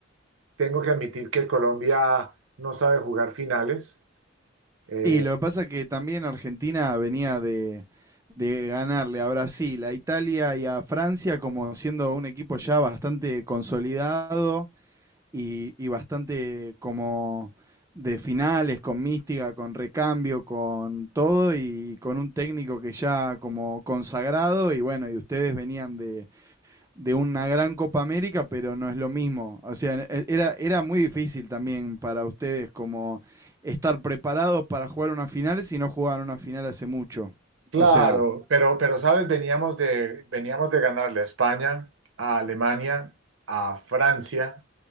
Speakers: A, on the right (about 75°); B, on the right (about 15°).
A: tengo que admitir que Colombia no sabe jugar finales. eh,
B: Y lo que pasa es que también Argentina venía de, de ganarle a Brasil, a Italia y a Francia como siendo un equipo ya bastante consolidado y, y bastante como de finales, con mística, con recambio, con todo y con un técnico que ya como consagrado y bueno, y ustedes venían de, de una gran Copa América, pero no es lo mismo. O sea, e- era, era muy difícil también para ustedes como estar preparados para jugar una final si no jugaban una final hace mucho.
A: claro,
B: O sea,
A: pero, pero sabes, veníamos de, veníamos de ganarle a España, a Alemania, a Francia.